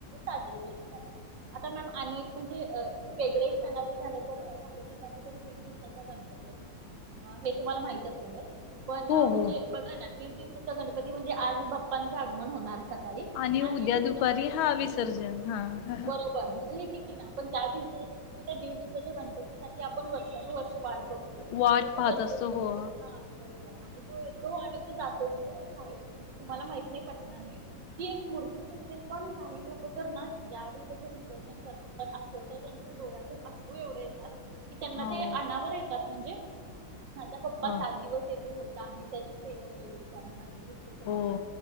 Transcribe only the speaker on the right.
साजरी केले जातात. आता मॅम अन एक म्हणजे वेगळेच सांगायचं झालं तर काही ठिकाणी तर. दिवसा गणपती असतो हे तुम्हाला माहित असेलच. पण
म्हणजे
बघा ना दीड दिवसाचा गणपती म्हणजे आज बाप्पांचं आगमन होणार. सकाळी
दुसऱ्या
दिव-
बरोबर म्हणजे हे किती ना पण त्या दिवस. म्हणजे त्या दीड दिवसाच्या गणपतीसाठी आपण वर्षानुवर्ष वाट बघतो.
पण तो
गणपती
हा बरोबर आणि तो येतो आणि तो जातो म्हणजे काही तुम्हाला माहित नाही पटणार नाही. ही एक मूर्तीच असेल पण काही लोक तर ना, ज्यावेेळी त्याचे विसर्जन करत आसल तर त्यांच्या डोळ्यातून अश्रू एवढे येतात. कि त्यांना
ते अणावर येतात म्हणजे? माझा बप्पा
सात दिवस येथे होता मी त्याची सेवा केली त्याने माझं दुःख सगळं